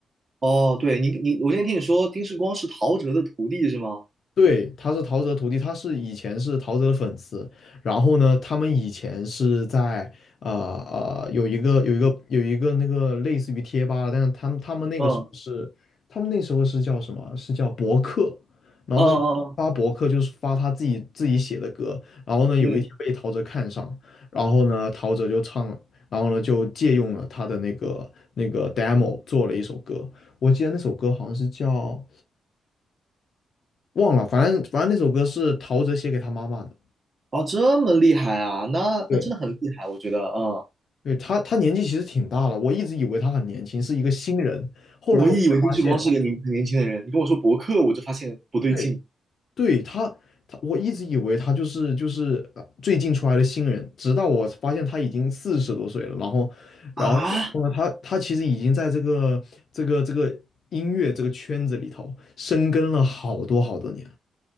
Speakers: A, on the right; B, on the left.
A: 哦，对你你，我今天听你说丁世光是陶喆的徒弟是吗？
B: 对，他是陶喆徒弟，他是以前是陶喆的粉丝，然后呢，他们以前是在呃呃有一个有一个有一个那个类似于贴吧，但是他们他们那个时候是他们那时候是叫什么？
A: 嗯，哦
B: 是叫博客，然后他就发博客，
A: 哦哦，
B: 就是发他自己自己写的歌，然后呢，有一天被陶喆看上，
A: 嗯。
B: 然后呢，陶喆就唱，然后呢就借用了他的那个那个 demo 做了一首歌，我记得那首歌好像是叫。忘了，反正反正那首歌是陶喆写给他妈妈的。
A: 哦，这么厉害啊，那那真的很厉害，
B: 对，
A: 我觉得，嗯，
B: 对，他，他年纪其实挺大了，我一直以为他很年轻，是一个新人。后来我才发现，
A: 我也以为丁志光是个年很年轻的人，你跟我说博客，我就发现不对劲
B: 对，对，他，他，我一直以为他就是就是呃最近出来的新人，直到我发现他已经四十多岁了。然后，然后，
A: 啊。
B: 然后呢，他他其实已经在这个这个这个音乐这个圈子里头深耕了好多好多年。